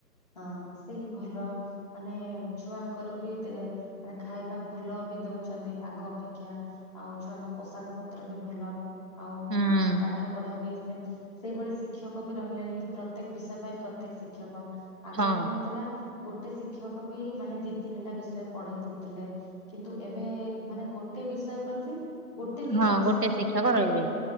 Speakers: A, on the left (about 25°); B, on the right (about 75°).
A: ହଁ ସେଇ ଭଲ ମାନେ ଛୁଆଙ୍କର ବି ଦେ ମାନେ ଖାଇବା ଭଲ ବି ଦଉଛନ୍ତି ଆଗ ଅପେକ୍ଷା। ଆଉ ଛୁଆଙ୍କୁ ପୋଷାକ ପତ୍ର ବି ଭଲ। ଆଉ
B: ହୁଁ
A: ମାନେ ପାଠ ପଢା ବି ସେମତି ସେଇଭଳି ଶିକ୍ଷକ ବି ରହିଲେଣି ଯେ ପ୍ର ପ୍ରତ୍ୟେକ ବିଷୟ ପାଇଁ ପ୍ରତ୍ୟେକ ଶିକ୍ଷକ ଆଗ
B: ହଁ
A: କଣ ହଉଥିଲା? ଗୋଟେ ଶିକ୍ଷକ ବି ମାନେ ଦି ତିନିଟା ବିଷୟ ପଢେଇ ଦଉଥିଲେ। କିନ୍ତୁ ଏବେ ମାନେ ଗୋଟେ ବିଷୟ ପ୍ରତି ଗୋଟେ ଦିଟା
B: ହଁ
A: ବି
B: ଗୋଟେ
A: ଶିକ୍ଷକ ମାନେ
B: ରହିବେ